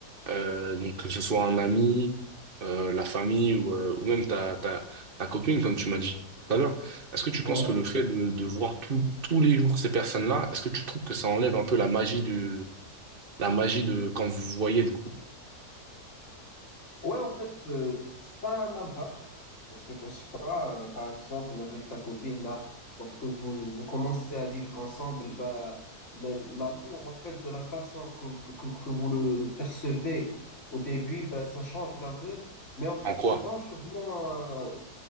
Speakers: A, on the right (about 35°); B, on the left (about 45°).
A: Euh, donc que ce soit un ami, euh, la famille ou, euh, ou même ta, ta, ta copine, comme tu m'as dit tout à l'heure, est-ce que tu
B: Ouais.
A: penses que le fait de, de voir tout- tous les jours ces personnes-là, est-ce que tu trouves que ça enlève un peu la magie de la magie de quand vous vous voyez du coup?
B: Ouais, en fait, euh, ça a un impact. Je te cache pas, euh, par exemple, avec ta copine, là, lorsque vous, vous commencez à vivre ensemble, bah, le- l'amour, en fait, de la façon que, que, que que vous le percevez au début, bah, ça change un peu. Mais en fait,
A: En quoi?
B: c'est pas un changement,